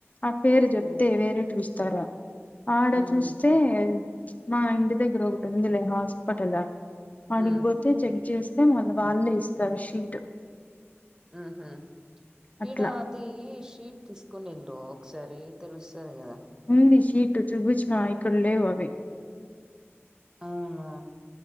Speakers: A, on the left; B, on the right.
A: ఆ పేరు జెప్తే
B: హ్మ్
A: వేరేటివి ఇస్తారు ఆడ
B: ఊహూ
A: చూస్తే మా ఇంటి దగ్గర ఒక ఉందిలే హాస్పిటల ఆడిగిపోతే
B: హ్మ్
A: చెక్ చేస్ మ వాల్లే ఇస్తారు షీట్
B: ఉ హ్
A: అట్లా
B: ఇడా అది షీ తీసుకుని ఎల్లు ఒకసారి తెలుస్తది కదా
A: ఉందిషీట్ చుపిచ్చిన ఇక్కడలేవవి
B: అవునా